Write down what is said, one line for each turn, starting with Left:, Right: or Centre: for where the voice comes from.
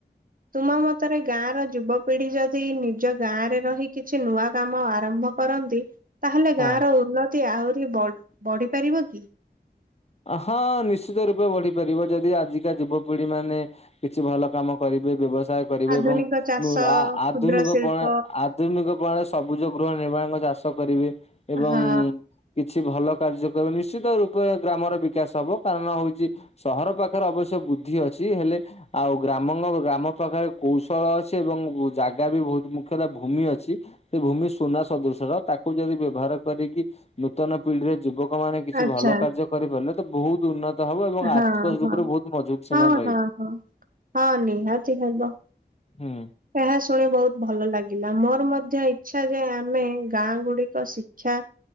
Right: ତୁମ ମତରେ ଗାଁ ର ଯୁବପିଢି ଯଦି ନିଜ ଗାଁରେ ରହି କିଛି ନୂଆ କାମ ଆରମ୍ଭ କରନ୍ତି ତାହେଲେ
Left: ହଁ।
Right: ଗାଁ ର ଉନ୍ନତି ଆହୁରି ବ ବଢି ପାରିବ କି?
Left: ହଁ ନିଶ୍ଚିତ ରୂପେ ବଢିପାରିବ ଯଦି ଆଜିକା ଯୁବପିଢି ମାନେ କିଛି ଭଲ କାମ କରିବେ ବ୍ୟବସାୟ କରିବେ
Right: ଆଧୁନିକ
Left: ଏବଂ
Right: ଚାଷ
Left: ଆ ଆଧୁନିକ
Right: କ୍ଷୁଦ୍ର ଶିଳ୍ପ
Left: ପ୍ରଣା ଆ ଆଧୁନିକ ପ୍ରଣାଳୀ ସବୁଜ ଗୃହ ନିର୍ମାଣ ଚାଷ କରିବେ ଏବଂ
Right: ହଁ
Left: କିଛି ଭଲ କାର୍ଯ୍ୟ କରି ନିଶ୍ଚିତ ରୂପରେ ଗ୍ରାମର ବିକାଶ ହବ କାରଣ ହଉଛି ସହର ପାଖରେ ଅବଶ୍ୟ ବୃଦ୍ଧି ଅଛି ହେଲେ ଆଉ ଗ୍ରାମ ଗ୍ରାମ ପାଖରେ କୌଶଳ ଅଛି ଏବଂ ଜାଗା ବି ବହୁତ ମୁଖ୍ୟତଃ ଭୂମି ଅଛି। ସେ ଭୂମି ସୁନା ସଦୃଶର ତାକୁ ଯଦି ବ୍ୟବହାର କରିକି ନୂତନ ପିଢିରେ ଯୁବକ ଲୋକ ମାନେ କିଛି
Right: ଆଚ୍ଛା
Left: ଭଲ କାର୍ଯ୍ୟ କରିପାରିଲେ ତ ବହୁତ ଉନ୍ନ ହବ ଏବଂ
Right: ହଁ
Left: ଆର୍ଥିକ
Right: ହଁ
Left: ରୂପରେ ବହୁତ ମଜବୁତ ସେମାନେ
Right: ହଁ
Left: ରହିବେ।
Right: ହଁ ହଁ ହଁ ନିହାତି ହେବ।
Left: ହୁଁ।
Right: ଏହା ଶୁଣି ବହୁତ ଭଲ ଲାଗିଲା ମୋର ମଧ୍ୟ ଇଚ୍ଛା ଯେ ଆମେ ଗାଁ ଗୁଡିକ ଶିକ୍ଷା